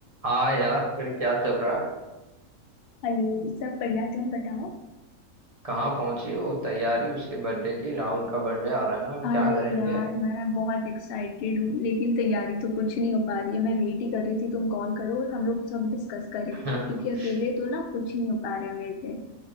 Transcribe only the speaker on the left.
Hello सब बढ़िया तुम बताओ
अरे
यार मैं बहुत एक्साइटेड हूँ लेकिन तैयारी तो कुछ नहीं हो पा रही है मैं वेट ही कर रही थी तुम कॉल करो और हम लोग सब डिस्कस करें
क्योंकि अकेले तो ना कुछ नहीं हो पा रहा है मेरे से